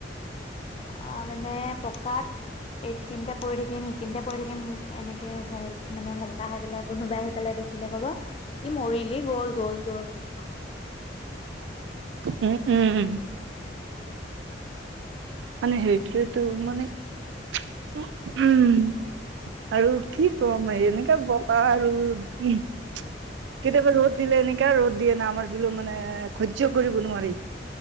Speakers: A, on the left; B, on the right.
A: আহ মানে পকাত এইথখিনিতেপঢ়ঢ থাকিম সেইখিনিতে পঢি থাকিম এনেকে ভেল মানে ভেলতা খাই পেলাই কোনোবাই আহি পেলাই। দেখিলে ক'বা ই মৰিলি গ'ল গ'ল গ'ল এনে।
B: উম-উম-উম, মানে সেইটোৱে তো মানে উম, আৰু কি কম এই এনেকে বতা আৰু। কেতিয়াবা ৰ'দ দিলে এনেকা ৰ'দ দিয়ে না আমাৰ ফো মানে সহ্য কৰিব নোৱাৰি।